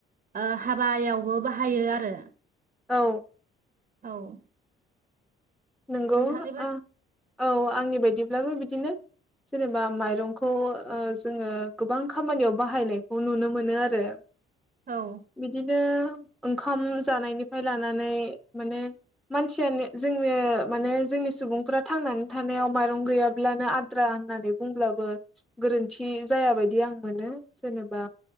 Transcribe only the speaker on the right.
ओ हाबायावबो बाहायो आरो
औ
नोंथांनि बाद
औ